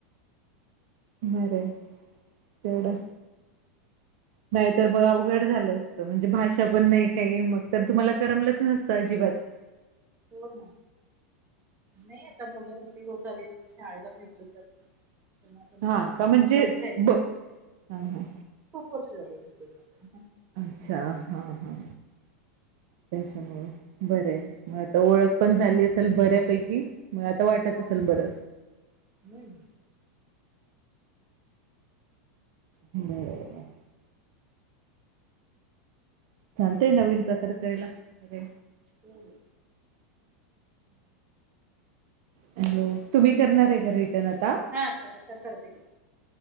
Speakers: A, on the right; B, on the right.
A: बर एवढा नाही तरर मग अवघड झालं असतं म्हणजे भाषा पण नाही काही मग तर तुम्हाला करमलंच नसतं अजिबात <inaudible>
B: हो ना नाही आता मुलं होती होत आली त शाळेला पण इकडे जात तेव्हा आता नाही
A: हा का म्हणजे
B: जमतंय आता.
A: ब हा हा
B: खूप वर्ष झाली इकडे येऊन आता.
A: अच्छा हा हा त्याच्यामुं बर मग आता ओळख पण झाली असेल बऱ्यापैकी मग आता वाटत
B: हो.
A: असेल
B: हो
A: बरं
B: हम्म.
A: बर ना. चालतय नवीन प्रकार करायला बरे
B: हम्म
A: हॅलो तुम्ही करणार आहे का रिटर्न आता
B: हा कररते कर